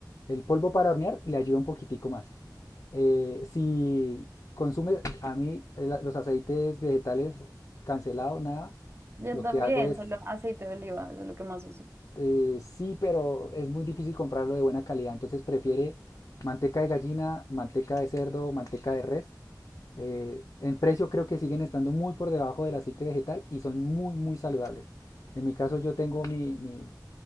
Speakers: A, on the left (about 55°); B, on the right (about 35°).
A: el polvo para hornear le ayuda un poquitico más. Eh, si consumes, a mí eh, la- los aceites vegetales cancelado, nada,
B: Yo
A: lo
B: también,
A: que hago es
B: solo aceite de oliva, eso es lo que más uso.
A: eh, sí, pero es muy difícil comprarlo de buena calidad, entonces prefiere manteca de gallina, manteca de cerdo, manteca de res. Eh, en precio creo que siguen estando muy por debajo del aceite vegetal y son muy, muy saludables. En mi caso yo tengo mi, mi,